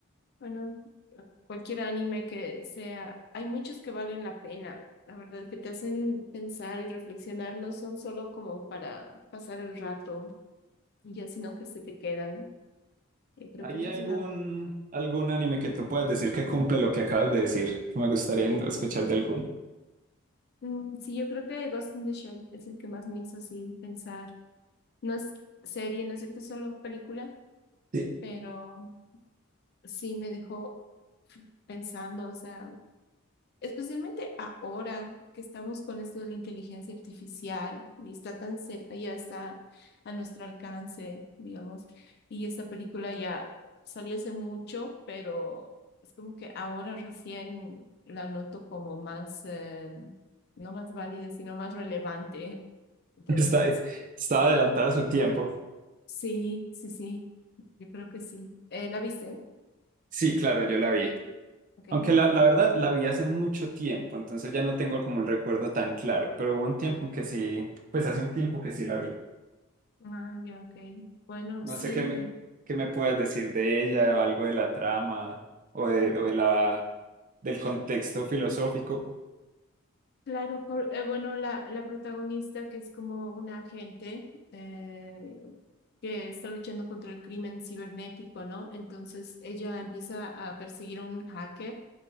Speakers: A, on the left; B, on the right.
A: Bueno, cualquier anime que sea, hay muchos que valen la pena, la verdad, que te hacen pensar y reflexionar, no son solo como para pasar el rato y ya, sino que se te quedan. Eh, creo
B: ¿Hay
A: que esa
B: algún,
A: es una
B: algún anime que tú puedas decir que cumple lo que acabas de decir? Que me gustaría
A: Eh,
B: escuchar de alguno.
A: mm, sí, yo creo que Ghost in the Shell es el que más me hizo así pensar. No es serie, no es cierto, es solo película,
B: Sí.
A: pero sí me dejó pensando, o sea. Especialmente ahora que estamos con esto de la inteligencia artificial y está tan cerca, ya está a nuestro alcance, digamos. Y esta película ya salió hace mucho, pero es como que ahora recién la noto como más, eh, no más válida, sino más relevante <laughs>
B: <laughs>
A: en todo
B: Está,
A: caso.
B: estaba adelantada a su tiempo.
A: Sí, sí, sí, yo creo que sí. Eh, ¿la viste?
B: Sí, claro, yo la vi.
A: Ok,
B: Aunque la,
A: sí.
B: la verdad la vi hace mucho tiempo, entonces ya no tengo como el recuerdo tan claro, pero hubo un tiempo que sí, pues hace un tiempo que sí la vi.
A: Ah, ya, ok. Bueno,
B: No
A: sí.
B: sé qué me,
A: en-
B: qué me puedas decir de ella, o algo de la trama o, de,
A: mm,
B: o de la, del contexto filosófico.
A: Claro, por, eh, bueno, la, la protagonista que es como una agente eh, que está luchando contra el crimen cibernético, ¿no? Entonces ella empieza a perseguir a un hacker